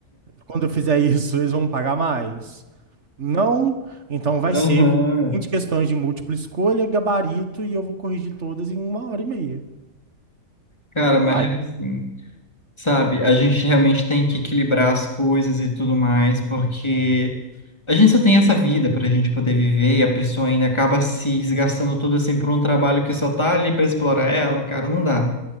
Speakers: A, on the right; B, on the left.
A: Quando eu fizer isso, eles vão pagar mais? Não, então vai
B: Aham.
A: ser 20 questões de múltipla escolha, gabarito, e eu vou corrigir todas em uma hora e meia.
B: Cara, mas
A: Uai,
B: é assim, sabe? A gente realmente tem que equilibrar as coisas e tudo mais, porque. A gente só tem essa vida pra gente poder viver e a pessoa ainda acaba se desgastando tudo assim por um trabalho que só tá ali pra explorar ela, cara, não dá.